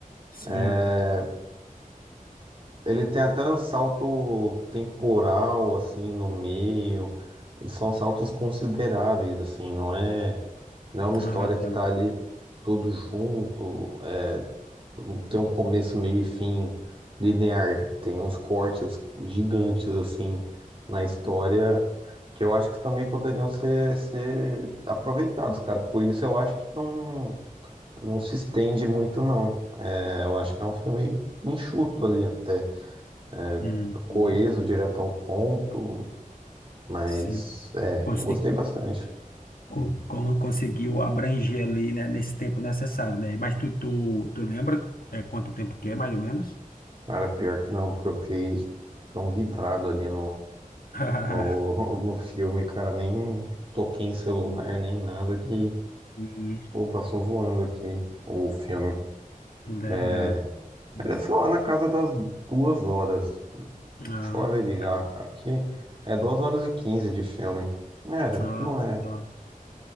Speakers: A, on the left; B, on the right.
A: Sim.
B: é, ele tem até um salto temporal assim no meio, e são saltos consideráveis assim, não é, não é uma história
A: Ah, tá.
B: que tá ali tudo junto, Não tem um começo, meio e fim linear. Tem uns cortes gigantes, assim, na história, que eu acho que também poderiam ser, ser aproveitados, cara. Por isso eu acho que não, não se estende muito, não. É, eu acho que é um filme enxuto ali até. É,
A: Uhum.
B: coeso, direto ao ponto, mas
A: Sim.
B: é,
A: Consegui.
B: eu gostei bastante.
A: co- como conseguiu abranger ali, né, nesse tempo necessário, né? Mas tu, tu, tu lembra é, quanto tempo que é, mais ou menos?
B: Cara, pior que não, porque eu fiquei tão vidrado ali
A: <laughs>
B: No, no filme, cara, nem toquei em celular, nem nada que.
A: Hum,
B: Pô, passou voando aqui o filme.
A: Verdade,
B: É,
A: mas...
B: mas é só lá na casa das duas horas.
A: Ah,
B: Deixa eu averiguar
A: tá.
B: aqui. É duas horas e quinze de filme. É,
A: Ah,
B: não é.
A: tá.